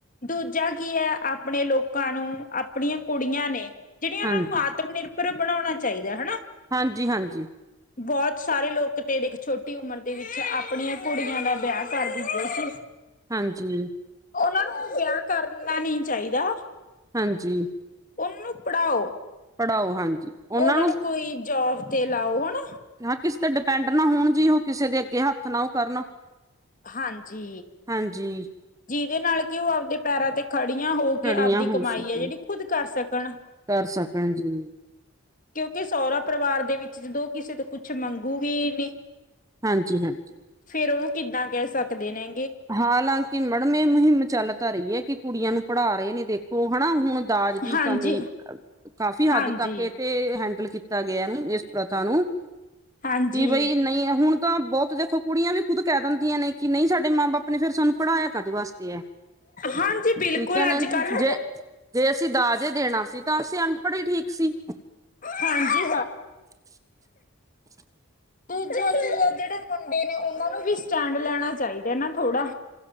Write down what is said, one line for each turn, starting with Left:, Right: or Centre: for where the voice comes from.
Left: ਦੂਜਾ ਕੀ ਐ ਆਪਣੇ ਲੋਕਾਂ ਨੂੰ, ਆਪਣੀਆਂ ਕੁੜੀਆਂ ਨੇ, ਜਿਹੜੀਆਂ ਉਹਨਾਂ
Right: ਹਾਂਜੀ
Left: ਨੂੰ ਆਤਮ ਨਿਰਭ ਭਰ ਬਣਾਉਣਾ ਚਾਹੀਦੈ ਹਨਾ।
Right: ਹਾਂਜੀ ਹਾਂਜੀ।
Left: ਬਹੁਤ ਸਾਰੇ ਲੋਕ ਤੇ ਦੇਖ, ਛੋਟੀ ਉਮਰ ਦੇ ਵਿੱਚ ਆਪਣੀਆਂ ਕੁੜੀਆਂ ਦਾ ਵਿਆਹ ਕਰ ਦਿੰਦੇ ਸੀ।
Right: ਹਾਂਜੀ।
Left: ਉਹਨਾਂ ਨੂੰ ਵਿਆਹ ਕਰਨਾ ਨ ਚਾਹੀਦਾ
Right: ਹਾਂਜੀ
Left: ਉਹਨੂੰ ਪੜ੍ਹਾਓ
Right: ਪੜ੍ਹਾਓ ਹਾਂਜੀ ਉਹਨਾਂ
Left: ਉਹਨਾ ਨੂੰ ਕੋਈ ਜੋਬ ਤੇ ਲਾਓ ਹਨਾ
Right: ਹਾਂ ਕਿਸੇ ਤੇ ਡਿਪੈਂਡ ਨਾ ਹੋਣ ਜੀ ਉਹ ਕਿਸੇ ਦੇ ਅੱਗੇ ਹੱਥ ਨਾ ਉਹ ਕਰਨ
Left: ਹਾਂਜੀ
Right: ਹਾਂਜੀ
Left: ਜਿਹਦੇ ਨਾਲ ਕਿ ਉਹ ਆਪਦੇ ਪੈਰਾਂ ਤੇ ਖੜੀਆਂ ਹੋ
Right: ਖੜੀਆਂ
Left: ਕੇ ਆਪਦੀ
Right: ਹੋ
Left: ਕਮਾਈ
Right: ਸਕਣ
Left: ਹੈ ਜਿਹੜੀ ਖੁਦ ਕਰ ਸਕਣ
Right: ਕਰ ਸਕਣ ਜੀ
Left: ਕਿਉਂਕਿ ਸੋਹਣਾ ਪਰਿਵਾਰ ਦੇ ਵਿੱਚ ਜਦੋਂ ਕਿਸੇ ਤੋਂ ਕੁਛ ਮੰਗੂਗੀ ਨਹੀਂ
Right: ਹਾਂਜੀ ਹਾਂਜੀ
Left: ਫ਼ੇਰ ਉਹ ਕਿੱਦਾਂ ਕਹਿ ਸਕਦੇ ਨੇ
Right: ਹਾਲਾਂਕਿ ਮੈਡਮ ਇਹ ਮੁਹਿੰਮ ਚੱਲ ਤਾਂ ਰਹੀ ਹੈ ਕਿ ਕੁੜੀਆਂ ਨੂੰ ਪੜ੍ਹਾ ਰਹੇ ਨੇ ਦੇਖੋ ਹਨਾ ਹੁਣ ਦਾਜ ਦੀ
Left: ਹਾਂਜੀ
Right: ਕਮੀ ਕਾਫ਼ੀ ਹੱਦ
Left: ਹਾਂਜੀ
Right: ਤੱਕ ਇਹ ਤੇ ਹੈਂਡਲ ਕੀਤਾ ਗਿਆ ਇਸ ਪ੍ਰਥਾ ਨੂੰ
Left: ਹਾਂਜੀ
Right: ਕਿ ਬਈ ਨਹੀਂ ਹੁਣ ਤਾਂ ਬਹੁਤ ਦੇਖੋ ਕੁੜੀਆਂ ਵੀ ਖੁਦ ਕਹਿ ਦਿੰਦੀਆਂ ਨੇ ਕਿ ਨਹੀਂ ਸਾਡੇ ਮਾਂ ਬਾਪ ਨੇ ਫੇਿਰ ਸਾਨੂੰ ਪੜ੍ਹਾਇਆ ਕਦੇ ਵਾਸਤੇ ਹੈ
Left: ਹਾਂਜੀ ਬਿਲਕੁਲ
Right: ਠੀਕ ਹੈ ਨਾ
Left: ਅੱਜ
Right: ਜ
Left: ਕੱਲ
Right: ਜੇ ਜੇ ਅਸੀਂ ਦਾਜੇ ਦੇਣਾ ਸੀ ਤਾਂ ਅਸੀਂ ਅਨਪੜ੍ਹ ਹੀ ਠੀਕ ਸੀ
Left: ਹਾਂਜੀ
Right: <unintelligible>
Left: ਪੂਜਾ ਵਿੱਚ <inaudible> ਜਿਹੜੇ ਮੁੰਡੇ ਨੇ ਉਹਨਾਂ ਨੂੰ ਵੀ ਸਟੈਂਡ ਲੈਣਾ ਚਾਹੀਦਾ ਨਾ ਥੋੜਾ